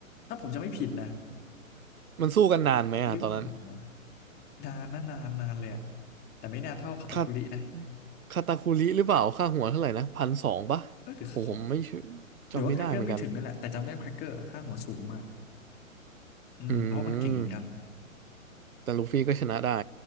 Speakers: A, on the left; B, on the right.
A: ถ้าผมจำไม่ผิดนะ
B: มันสู้กันนานไหมอ่ะตอนนั้น
A: หรือเปล่าอ่ะนานนะนานนานเลยอ่ะแต่ไม่นานเท่าคาตาคุรินะ
B: คาคาตาคุริหรือเปล่าค่าหัวเท่าไหร่นะพันสองปะ
A: เออหรือของ
B: ผมผมไม่ชัวร์จำไม่ได้เหมือนกัน
A: หรือว่าแครกเกอร์ไม่ถึงนั่นแหละแต่จำได้แครกเกอร์ค่าหัวสูงมากอืมเพราะมันเก่งเหมือนกัน
B: อืม แต่ลูฟี่ก็ชนะได้